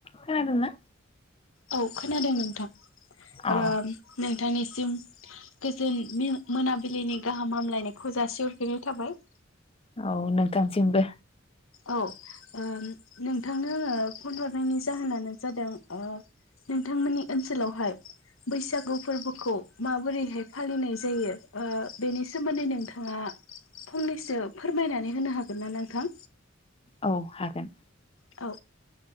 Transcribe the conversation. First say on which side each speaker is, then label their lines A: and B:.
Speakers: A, on the left (about 30°); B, on the left (about 80°).
A: खानादोंना?
B: औ खोनादों नोंथां।
A: अ
B: ओ नोंथांनि- जों गोजोन मिना मोनाबिलिनि गाहाम हामलायनायखौ जासिहरग्रोनाय थाबाय
A: औ नोंथांसिमबो
B: औ ओ नोंथांनो आङो फन हरनायनि जाहोनानो जादों ओ नोंथांमोननि ओनसोलावहाय बैसागु फोरबोखौ माबोरैहाय फालिनाय जायो ओ बेनि सोमोन्दै नोंथाङा फंनैसो फोरमायनानै होनो हाग हागोनना नोंथां
A: औ हागोन
B: औ